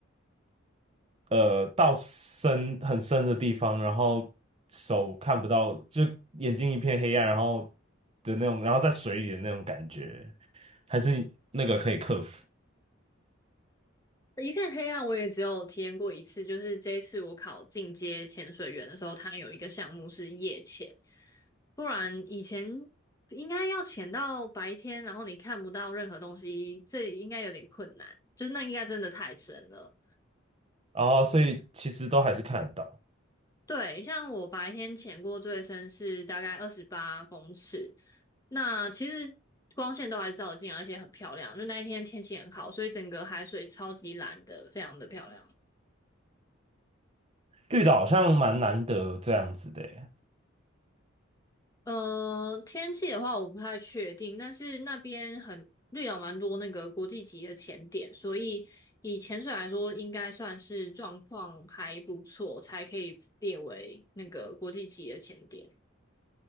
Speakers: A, on the right; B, on the left.
A: 呃到深很深的地方，然后手看不到，就眼睛一片黑暗，然后的那种，然后在水里的那种感觉，还是那个可以克服。
B: 一片黑暗，我也只有体验过一次，就是这一次我考进阶潜水员的时候，它有一个项目是夜潜，不然以前应该要潜到白天，然后你看不到任何东西，这应该有点困难，就是那应该真的太深了。
A: 然后所以其实都还是看得到，
B: 对，像我白天潜过最深是大概二十八公尺，那其实光线都还照得进来而且很漂亮，就那一天天气很好，所以整个海水超级蓝的，非常的漂亮。
A: 绿岛好像蛮难得这样子的耶。
B: 嗯、呃天气的话我不太确定，但是那边很绿岛蛮多那个国际级的潜点，所以以潜水来说，应该算是状况还不错，才可以列为那个国际级的潜点。